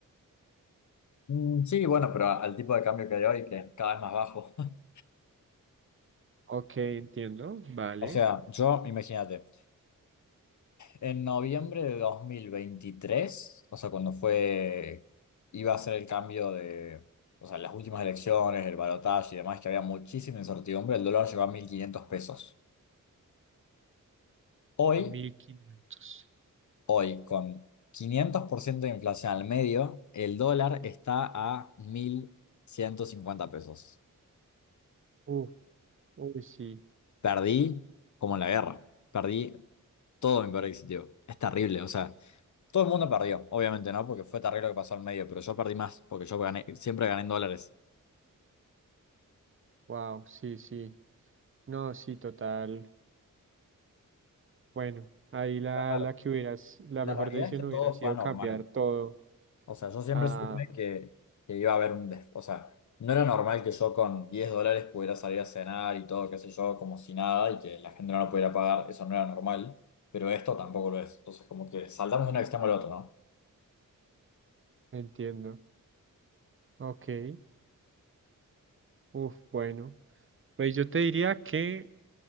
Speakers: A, on the left; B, on the right.
A: Mm, Sí, bueno, pero a- al tipo de cambio que hay hoy, que es cada vez más bajo. <laughs>
B: Ok, entiendo. Vale.
A: O sea, yo, imagínate. En noviembre de 2023, o sea, cuando fue, iba a ser el cambio de, o sea, las últimas elecciones, el balotaje y demás, que había muchísima incertidumbre, el dólar llegó a 1.500 pesos. Hoy,
B: mil quinientos,
A: hoy, con 500% de inflación al medio, el dólar está a mil ciento cincuenta pesos.
B: Uf, uy, sí.
A: Perdí como en la guerra, perdí todo mi poder adquisitivo. Es terrible, o sea. Todo el mundo perdió, obviamente, ¿no? Porque fue terrible lo que pasó al medio, pero yo perdí más, porque yo gané, siempre gané en dólares.
B: Wow, sí, sí. No, sí, total. Bueno, ahí la,
A: A ver,
B: la que hubieras, la
A: la
B: mejor
A: realidad
B: decisión
A: es que todo
B: hubiera sido
A: fue anormal.
B: cambiar todo.
A: O sea, yo siempre
B: Ah,
A: supe que, que iba a haber un... des- O sea, no era normal que yo con 10 dólares pudiera salir a cenar y todo, qué sé yo, como si nada y que la gente no lo pudiera pagar. Eso no era normal, pero esto tampoco lo es. Entonces, como que saltamos de un extremo al otro, ¿no?
B: entiendo. Ok. Uf, bueno. Pues yo te diría que